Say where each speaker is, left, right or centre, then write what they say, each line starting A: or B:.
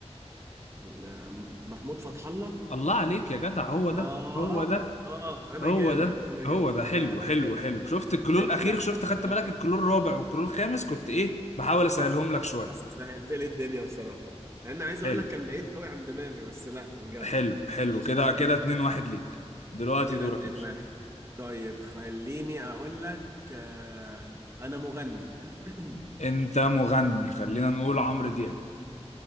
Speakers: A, on the right; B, on the left.
A: لا، محمود فتح الله
B: الله عليك يا جدع هو ده
A: اه
B: هو ده
A: اه انا
B: هو
A: جامد
B: ده
A: انا
B: هو
A: جامد
B: ده حلو
A: لا لا
B: حلو
A: حلو
B: حلو
A: حلو
B: شفت الكلور
A: حلو
B: الاخير
A: لا
B: شفت خدت
A: لا
B: بالك
A: إيه.
B: الكلور الرابع
A: صح
B: والكلور الخامس
A: صح
B: كنت ايه بحاول اسهلهم
A: حصل
B: لك شويه
A: حصل سهلت لي الدنيا بصراحه مع اني عايز
B: حلو
A: اقول لك كان بعيد قوي عن دماغي بس لا بجد
B: حلو حلو
A: ماشي
B: كده كده اتنين واحد ليك دلوقتي
A: كده
B: دورك
A: اتنين
B: يا باشا
A: واحد طيب خليني اقول لك آه انا مغني <clears throat>
B: انت مغني خلينا نقول عمرو دياب